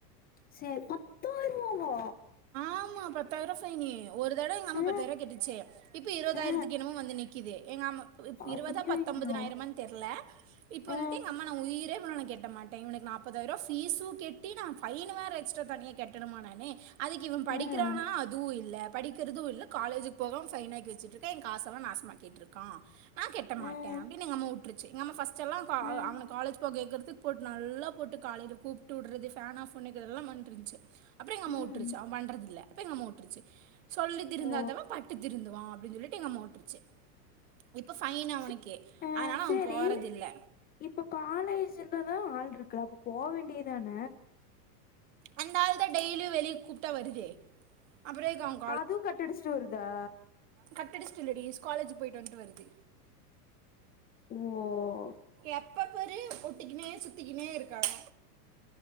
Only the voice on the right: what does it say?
ஆமா பத்தாயிருவா ஃபைனு ஒரு தடவ எங்க அம்மா
பத்தாயிருவ கட்டுச்சே இப்போ இருபதாயிரத்துக்கு
என்னமோ வந்து நிக்குது எங்க அம்மா இப்ப
இருவதா பத்தொம்பதனாயிரமான் தெர்ல இப்ப வந்துட்டு
எங்க அம்மா நா உயிரே போனாலு நா கெட்ட மாட்டே இவனுக் நாப்பதாய்ர்வா ஃபீஸு கெட்டி நா ஃபைனு வேற எக்ஸ்ட்ரா தனியா கெட்டணுமா நானு அதுக்கு இவன் படிக்கிறானா
அதுவு இல்ல படிக்கிறிது இல்ல காலேஜுக் போகாம ஃபைன் ஆக்கி வெச்சுட்டுருக்க எ காசெல்லா நாசமாக்கிட்டுருக்கா நா கெட்ட மாட்ட
அப்டினு எங்கம்மா உட்ருச்சு எஙகம்மா ஃபஸ்டெல்லா க அ
அவனுக் காலேஜ் போக கேக்கற்துக் போட்டு நல்லா போட்டு காலையில கூப்ட்டு உட்றது ஃபேன் ஆஃபண் வெக்கறதெல்லாம் பண்ணிட்ருந்ச்சு அப்பற எங்கம்மா
உட் பண்றதில்ல‌ இப்ப எங்க அம்மா உட்ருச்சு சொல்லி திருந்தாதவ
பட்டு திருந்துவா அப்டின் சொல்லிட்டு எங்கம்மா உட்ரு ச்சு இப்ப ஃபைன் அவனுக்கு
அதனால அவ
போறதில்ல
அந்தாள்தா டெய்லியு வெளிய கூப்ட்டா வருதே அப்பற எதுக் அவுங்
கட்டடிஷ்ட் இல்லடி ஸ்காலேஜு போய்ட்டு வந்ட்டு வருது
எப்பபாரு ஒட்டிக்கினே சுத்திக்கினே இருக்காங்க